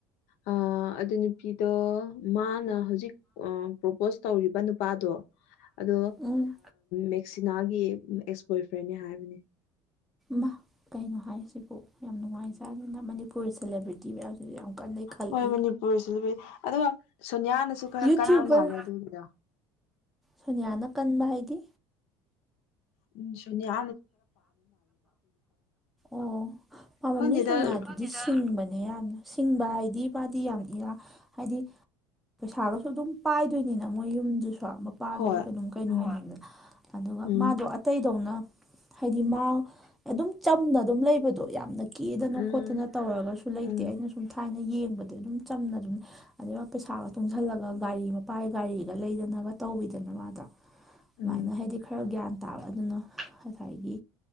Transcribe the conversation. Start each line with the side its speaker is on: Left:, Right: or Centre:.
Left: ꯑꯥ ꯑꯗꯨ ꯅꯨꯄꯤꯗꯣ ꯃꯥꯅ ꯍꯧꯖꯤꯛ ꯄ꯭ꯔꯣꯄꯣꯁ ꯇꯧꯔꯤꯕ ꯅꯨꯄꯥꯗꯣ ꯑꯗꯣ
Centre: ꯎꯝ
Left: ꯃꯦꯛꯁꯤꯅꯥꯒꯤ ꯑꯦꯛꯁ ꯕꯣꯏ ꯐ꯭ꯔꯦꯟꯅꯦ ꯍꯥꯏꯕꯅꯦ
Centre: ꯃꯥ ꯀꯩꯅꯣ ꯍꯥꯏꯁꯤꯕꯨ ꯌꯥꯝ ꯅꯨꯡꯉꯥꯏꯖꯅꯤꯅ ꯃꯅꯤꯞ ꯄꯨꯔ ꯁꯦꯂꯦꯕ꯭ꯔꯤꯇꯤ ꯃꯌꯥꯝꯁꯤꯁꯨ ꯌꯥꯝ ꯀꯟ ꯅꯩꯈꯠꯂꯛꯏ
Left: ꯍꯣꯏ ꯃꯅꯤꯄꯨꯔꯁꯨ ꯂꯨꯕꯤ ꯑꯗꯨꯒ ꯁꯣꯅꯤꯌꯥꯅꯁꯨ ꯈꯔ
Centre: ꯌꯨꯇꯨꯕꯔ
Left: ꯀꯟꯕ ꯃꯥꯜꯂꯦ ꯑꯗꯨꯒꯤꯗꯣ
Centre: ꯁꯣꯅꯤꯌꯥꯅ ꯀꯟꯕ ꯍꯥꯏꯗꯤ
Left: ꯎꯝ ꯁꯣꯅꯤꯌꯥ
Centre: ꯑꯣ ꯄꯥꯝꯃꯝꯅꯤ
Left: ꯈꯪꯗꯦꯗ
Centre: ꯁꯣꯅꯤꯌꯥꯗꯨꯗꯤ ꯁꯤꯡꯕꯅꯦ ꯌꯥꯝꯅ ꯁꯤꯡꯕ ꯍꯥꯏꯗꯤ ꯃꯥꯗꯤ ꯌꯥꯝ ꯏꯔꯥ ꯍꯥꯏꯗꯤ ꯄꯩꯁꯥꯒꯁꯨ ꯑꯗꯨꯝ ꯄꯥꯏꯗꯣꯏꯅꯤꯅ ꯃꯣꯏ ꯌꯨꯝꯗꯨꯁꯨ ꯄꯥꯗꯨꯁꯨ
Left: ꯍꯣꯏ
Centre: ꯀꯩꯅꯣꯝ ꯀꯩꯅꯣꯅꯤꯗꯅ
Left: ꯎꯝ
Centre: ꯑꯗꯨꯒ
Left: ꯎꯝ
Centre: ꯃꯥꯗꯣ ꯑꯇꯩꯗꯧꯅ ꯍꯥꯏꯗꯤ ꯃꯥ ꯑꯗꯨꯝ ꯆꯝꯅ ꯑꯗꯨꯝ ꯂꯩꯕꯗꯣ ꯌꯥꯝꯅ ꯀꯦꯗꯅ
Left: ꯎꯝ
Centre: ꯈꯣꯠꯇꯅ ꯇꯧꯔꯒꯁꯨ ꯂꯩꯇꯦ
Left: ꯎꯝ
Centre: ꯑꯩꯅ ꯁꯨꯝ ꯊꯥꯏꯅ ꯌꯦꯡꯕꯗꯤ ꯑꯗꯨꯝ ꯆꯝꯅ ꯑꯗꯨꯝ ꯑꯗꯩ ꯃꯥ ꯄꯩꯁꯥꯒ ꯇꯨꯡꯖꯜꯂꯒ ꯒꯥꯔꯤ ꯃꯄꯥꯒꯤ ꯒꯥꯔꯤꯒ ꯂꯩꯗꯅꯒ ꯇꯧꯕꯋꯤꯗꯅ ꯃꯥꯗꯣ
Left: ꯎꯝ
Centre: ꯑꯃꯥꯏꯅ ꯍꯥꯏꯗꯤ ꯈꯔ ꯒ꯭ꯌꯥꯟ ꯇꯥꯕ ꯑꯗꯨꯅ ꯍꯥꯏꯗꯤ